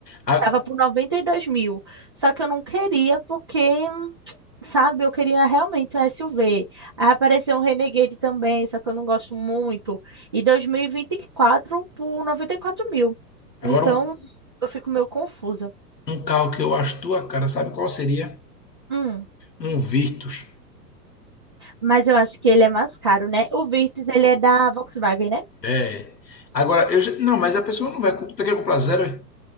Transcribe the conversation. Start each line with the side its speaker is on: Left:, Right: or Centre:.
Left: A-
Right: Tava por 92 mil. Só que eu não queria porque Sabe, eu queria realmente um SUV. Aí apareceu um Renegade também, só que eu não gosto muito. E 2024 por 94 mil.
Left: Agora,
Right: Então,
Left: um,
Right: eu fico meio confusa.
Left: um carro que eu acho tua cara, sabe qual seria?
Right: Hum,
Left: Um Virtus.
Right: mas eu acho que ele é mais caro, né? O Virtus, ele é da Volkswagen, né?
Left: É. Agora, eu já- não, mas a pessoa não vai. co- Tu quer comprar zero? é?